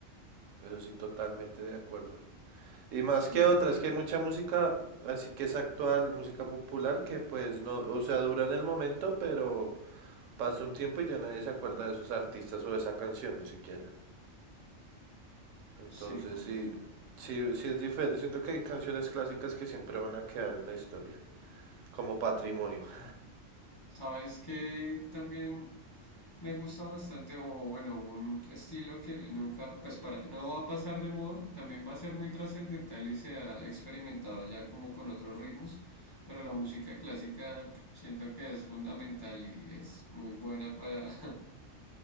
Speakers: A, on the right; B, on the left.
A: Eso sí, totalmente de acuerdo. Y más
B: Sí,
A: que otras, que hay mucha música, así que es actual, música popular, que pues no, o sea, dura en el momento, pero pasa un tiempo y ya nadie se acuerda de esos artistas o de esa canción ni siquiera. Entonces
B: sí, comprendo.
A: sí, sí, sí es diferente. Siento que hay canciones clásicas que siempre van a quedar en la historia, como patrimonio. <laughs>
B: Sabes que también Me gusta bastante, o bueno, un estilo que nunca, pues para, no va a pasar de moda, también va a ser muy trascendental y se ha experimentado ya como con otros ritmos, pero la música clásica pf, siento que es fundamental y es muy buena para, <laughs>